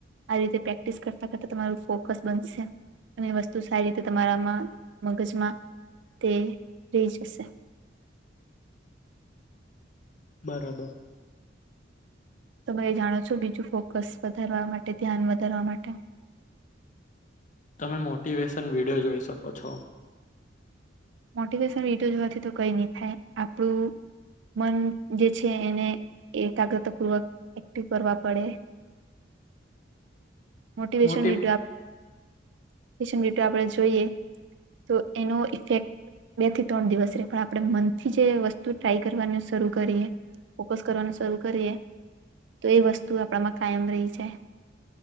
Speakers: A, on the right; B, on the left.
A: આ રીતે પ્રેક્ટિસ કરતા કરતા તમારું ફોકસ બનશે. અને વસ્તુ સારી રીતે તમારામાં, મગજમાં તે રહી જશે.
B: બરાબર.
A: તમે એ જાણો છો બીજું ફોકસ વધારવા માટે ધ્યાન વધારવા માટે
B: તમે મોટિવેશન વિડિયો જોઈ શકો છો.
A: મોટિવેશન વીડીયો જોવાથી તો કઈ નહી થાય આપડું મન જે છે એને એ એકાગ્રતાપૂર્વક એક્ટિવ કરવા પડે.
B: <unintelligible> <inaudible>
A: મોટીવેશન
B: મોટી
A: વિડયો આપ વેશન આપણે જોઈએ તો એનો ઇફેક્ટ બે થી ત્રણ દિવસ રે પણ આપડે મનથી જે વસ્તુ ટ્રાય કરવાનું શરૂ કરીએ ફોકસ કરવાનું શરૂ કરીએ. તો એ વસ્તુ આપણામાં કાયમ રહી જાય.